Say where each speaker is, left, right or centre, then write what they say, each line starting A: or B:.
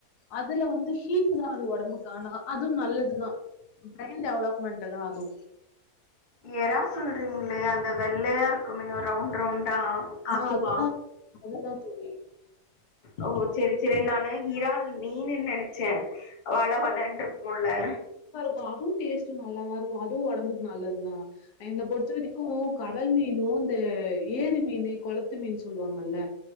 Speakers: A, on the left (about 80°); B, on the left (about 40°).
A: அதுல வந்து ஹீட் தான் அது உடம்புக்கு அதுவும் நல்லது தா ஃபிரைன் டெவலப்மென்ட் தா அதும்
B: யரா சொல்றீங்களே அந்த வெள்ளையா இருக்குமே ரவுண்ட் ரவுண்ட் னா
A: ஆ
B: அதுவா
A: அதுதா அதுதா தோழி
B: ஓ சரி சரி நானு இறால் மீனுன் நினைச்சேன் வழ வழனுருக்குல
A: அதுவும் டேஸ்ட்டும் நல்லாதான் இருக்கும் அதுவும் உடம்புக்கு நல்லதுதான் என்ன பொறுத்த வரைக்கும் கடல் மீனும் இந்த ஏரி மீனு குளத்து மீனு சொல்லுவாங்கள்ல